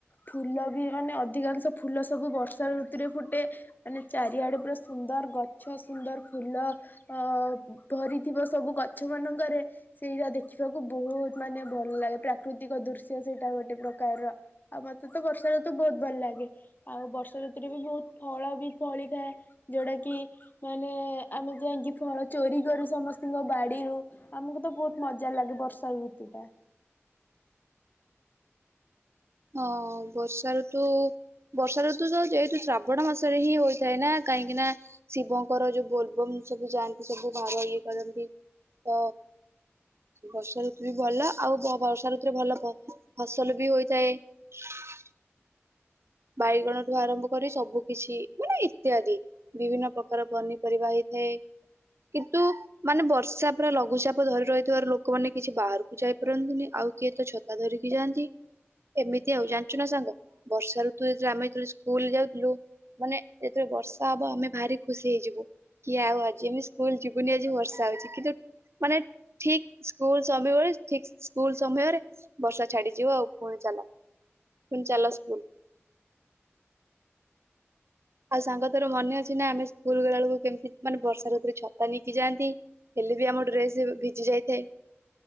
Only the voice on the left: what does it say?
ଫୁଲ ବି ମାନେ ଅଧିକାଂଶ ଫୁଲ ସବୁ ବର୍ଷା ଋତୁରେ ଫୁଟେ ମାନେ ଚାରିଆଡେ ପୁରା ସୁନ୍ଦର ଗଛ ସୁନ୍ଦର ଫୁଲ ଅ ଭରିଥିବ ସବୁ ଗଛ ମାନଙ୍କରେ ସେଇଟା ଦେଖି ଦେିବାକୁ ବହୁତ ମାନେ ଭଲ ଲାଗେ ପ୍ରାକୃତିକ ଦୃଶ୍ୟ ସେଇଟା ଗୋଟେ ପ୍ରକାରର ଆଉ ମତେ ତ ବର୍ଷା ଋତୁ ବହୁତ ଭଲ ଲାଗେ ଆଉ ବର୍ଷା ଋତୁରେ ବି ବହୁତ ଫଳ ବି ଫଳିଥାଏ। ଯୋଉଟା କି ମାନେ ଆମେ ଯାଇଙ୍କି ଫଳ ଚୋରି କରୁ ସମସ୍ତଙ୍କ ବାଡିରୁ। ଆମକୁ ତ ବହୁତ ମଜ ଯାହା ଲାଗେ ବର୍ଷାର ଋତୁ ଟା